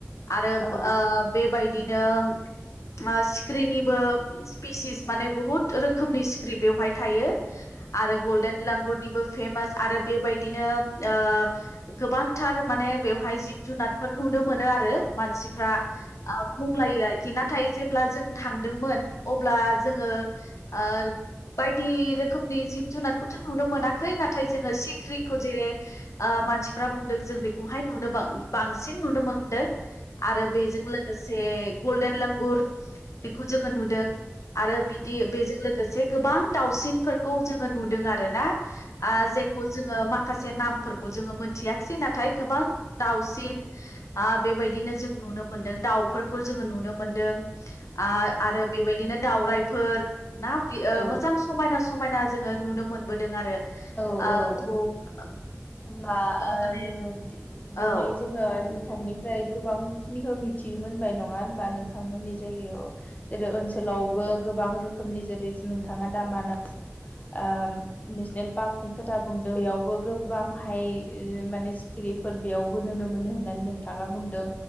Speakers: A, on the left (about 80°); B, on the left (about 30°).
A: आरो
B: औ
A: आ बेबायदि नोम सिक्रिनिबो स्पिसिस माने बहुत रोखोमनि सिक्रि बेवहाय थायो आरो गल्डेन लांगुरनिबो फेमास आरो बेबायदिनो ओ गोबांथार मान बेवहाय जिब जुनादफोर नुनो मोनो आरो मानसिफ्रा ओ बुंलायो आरोखि नाथाय जेब्ला जों थांदोंमोन अब्ला जोङो ओ बायदि रोखोमनि जिब जुनार खौथ' नुनो मोनाखै नाथाय जोङो सिख्रिखौ जे ओ मानसिफ्रा बुंदों जों बेखौहाय नुनो बा बांसिन नुनो मोनदों आरो बेजों लोगोसे गल्डेन लांगुर बेखौ जोङो नुदों । आरो बिदि बेजों लोगोसे गोबां दाावसिनफोरखौ जोङो नुदों आरो ना आ जे जायखौ जोङो माखासे नामफोरखौ जोङो मोनथियाखिसै नाथाय गोबां दाउसिन आ बेबायदिनो जों नुनो मोनदों दाउफोर खुल जोङो नुनो मोनदों । आ-आरो बेबायदिनो दावरायफोर ना बि ओ
B: औ
A: मोजां समायना समायना जोङो नुनो मोनबोदों आरो
B: औ
A: आ
B: औ
A: थ <unintelligible>
B: होमबा ओ
A: माने
B: नोङो
A: औ
B: दिनै जोङो नोंथांनिफ्राय गोबांखिनिखौ मिथिनो मोनबाय नङा होनबा नोंथांमोननि जायगायाव जेरै ओ ओनसोलावबो गोबां रोखोमनि जेरैस नोंथाङा दा मानास ओ नेसनेल पार्कनि खोथा बुंदों बेयावबो गोबां हाय ओ माने सिखिरि बेफोर बेयावबो नुनो मोनो होननानै नोंथाङा बुंदों